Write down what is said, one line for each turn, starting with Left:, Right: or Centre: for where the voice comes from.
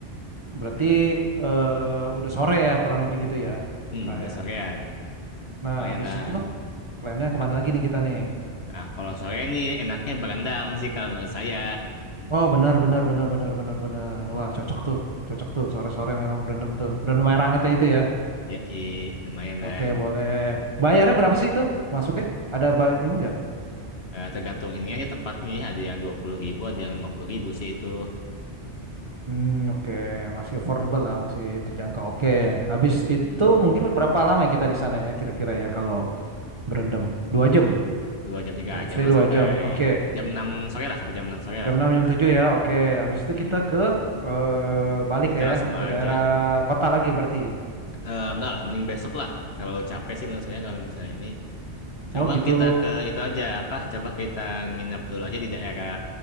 Right: berarti
Left: Nah,
Right: eh, udah sore ya, kurang lebih gitu ya,
Left: hmm,
Right: kayak.
Left: udah sorean.
Right: Nah,
Left: Lumayan
Right: habis
Left: lah.
Right: itu plannya kemana
Left: Nah,
Right: lagi nih kita nih?
Left: nah, kalau sore ini enaknya berendam sih kalau menurut saya.
Right: Oh, benar, benar, benar, benar, benar, benar. Wah, cocok tuh, cocok tuh. Sore-sore memang berendam tuh. Berendam air hangatnya itu ya.
Left: Ya, lumayan lah.
Right: Oke, boleh. Bayarnya berapa sih itu masuknya? Ada ba- ini nggak?
Left: Eh, tergantung ininya aja tempatnya ya. Ada yang dua puluh ribu, ada yang lima puluh ribu sih itu.
Right: Hmm, oke, Masih affordable lah, masih terjangkau. Oke, Habis
Left: Hmm,
Right: itu mungkin berapa lama ya kita di sana ya kira-kira ya kalau berendam? Dua jam,
Left: dua jam tiga
Right: let's
Left: jam
Right: say
Left: lah
Right: dua
Left: sampai
Right: jam. Oke,
Left: jam enam sore lah sampai jam 6 sore
Right: Jam
Left: lah.
Right: enam, jam tujuh ya. Oke, Habis itu
Left: mm
Right: kita ke eh, balik
Left: Kita
Right: ya
Left: langsung aja.
Right: ke daerah kota lagi berarti.
Left: Eh, enggak lah, mending besok lah. Terlalu capek sih menurut saya kalau misalnya ini. Coba
Right: Oh gitu,
Left: kita ke itu aja apa? Coba kita nginep dulu aja di daerah